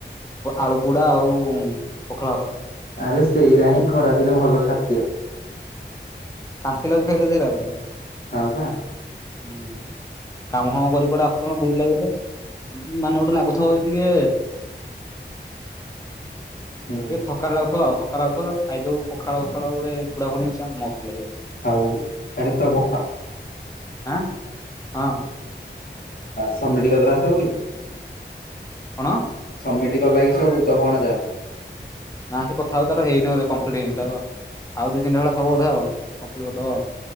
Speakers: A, on the left; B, on the left.
A: ଆଳୁ ପୁଡା ଆଉ ପଖାଳ ଭାତ।
B: ଆରେ ସେଇରା ହିଁ ଖରାଦିନ ଭଲ ଖାଦ୍ୟ।
A: ଶାନ୍ତି ଲାଗୁ ଖାଇଲେ ସେଇରାକ ହୁଁ
B: ହଁ ବା।
A: କାମ ହଁ କର କୁଟେ ଆସ। କଣ ବୁଲିଲାଗ ଗୋଟେ ମାନେ ଗୋଟେ ଲାଗୁଥିବ ଟିକେ
B: ହୁଁ
A: ଏ ଥକା ଲାଗୁଥିବ ଆଉ ଥକା ଲାଗୁଥିବ ଖାଇଦବ ପଖାଳ ଫଖାଳରେ ପୁଡା ଫୁଡି ମିଶା ମସ୍ତ ଲାଗେ।
B: ଆଉ ଆରେ <unintelligible> ତ ଭଣଯା
A: ଆଁ ହଁ
B: ସମିଟି କରିଦେଲା ସବୁ କି?
A: କଣ?
B: ସବମିଟ କଲା କିି ସବୁ ତୋ ଭଣଜା?
A: ନା ସେ କଥା ହଉ ତାର ହେଇନି ବଧେ କମ୍ପ୍ଲିଟ ଆଉ ଦି ତିିଟା ବେଳଥବ ବଧେ ଆଉ କମ୍ପ୍ଲିଟ କରିଦବ ଆଉ।